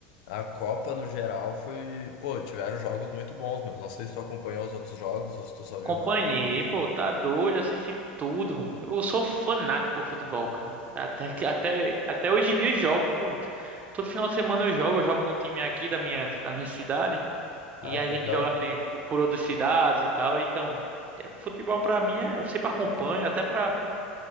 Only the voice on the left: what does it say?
a Copa no geral foi. Pô, tiveram jogos muito bons, meu. Não sei se tu acompanhou os outros jogos ou se tu só viu
mais jogo do Brasil.
Ah,
que
legal.